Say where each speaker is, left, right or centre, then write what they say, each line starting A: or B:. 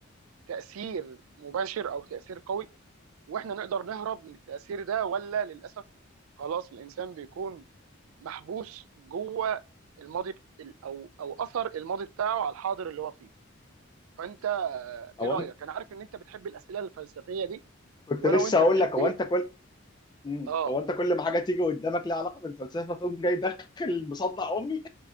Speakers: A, on the right; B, on the left.
A: تأثير مباشر او تأثير قوي واحنا نقدر نهرب من التأثير ده ولا للاسف خلاص الانسان بيكون محبوس جوه الماضي بت- او او اثر الماضي بتاعه على الحاضر اللي هو فيه فانت آه، ايه
B: او
A: رايك
B: أنت-
A: انا عارف ان انت بتحب الاسئله الفلسفيه دي
B: كنت
A: وانا
B: لسه
A: وانت
B: هقول
A: بنحب
B: لك هو
A: ايه
B: انت كل مم.
A: اه
B: هو انت كل ما حاجه تيجي قدامك لها علاقه بالفلسفه تقوم جاي داخل مصدع امي